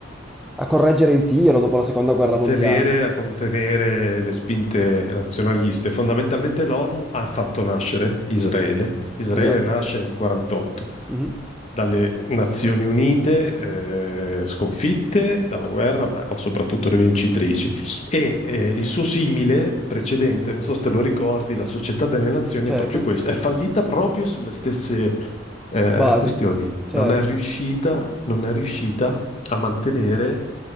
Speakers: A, in the centre; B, on the left.
A: a correggere il tiro dopo la seconda guerra
B: Contenere,
A: mondiale.
B: a contenere le spinte nazionaliste. Fondamentalmente l'ONU ha fatto nascere Israele. Israele
A: Esatto.
B: nasce nel 48
A: Mhm.
B: dalle Nazioni Unite, eh, sconfitte dalla guerra, ma soprattutto le vincitrici. E eh, il suo simile precedente, non so se te lo ricordi, la Società delle Nazioni
A: Certo.
B: è proprio questa, è fallita proprio sulle stesse eh,
A: Basi.
B: questioni.
A: Certo.
B: non è riuscita, non è riuscita a mantenere,